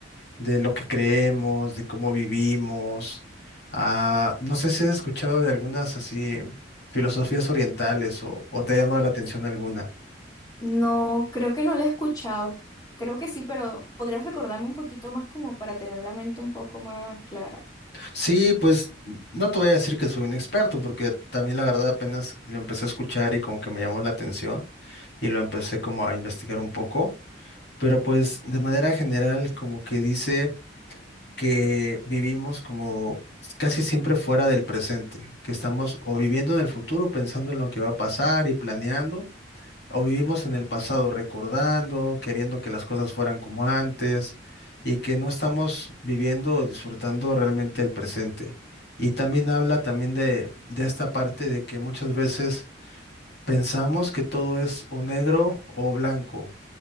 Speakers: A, on the left (about 60°); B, on the left (about 20°).
A: de lo que creemos, de cómo vivimos. Ah, no sé si has escuchado de algunas así filosofías orientales o, o te ha llamado la atención alguna.
B: No, creo que no la he escuchado. Creo que sí, pero podrías recordarme un poquito más como para tener la mente un poco más clara.
A: Sí, pues no te voy a decir que soy un experto, porque también la verdad apenas lo empecé a escuchar y como que me llamó la atención y lo empecé como a investigar un poco, pero pues de manera general como que dice que vivimos como casi siempre fuera del presente, que estamos o viviendo en el futuro pensando en lo que va a pasar y planeando o vivimos en el pasado recordando, queriendo que las cosas fueran como antes y que no estamos viviendo o disfrutando realmente el presente. Y también habla también de, de esta parte de que muchas veces pensamos que todo es o negro o blanco